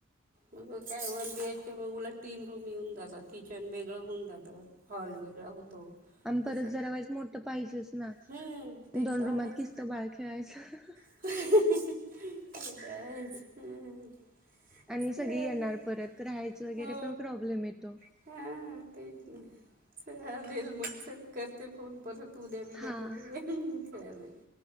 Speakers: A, on the right (about 40°); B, in the centre.
A: मग काय वन बी एच के मग उलट तीन रूम येऊन जातात, किचन वेगळं होऊ जातं. हॉल वेगळा होतो.
B: आम
A: असं
B: परत जरा व्हाच मोठं पाहिजेच, ना
A: हम्म ते
B: दोन
A: तर आहेच
B: रुमात किस्त बाळ खेळायचं.
A: <unintelligible>
B: आणि
A: चालेल
B: सगळी येणार परत राहायचं वगैरे
A: हो
B: पण प्रॉब्लेम येतो.
A: <unintelligible> <unintelligible>
B: हा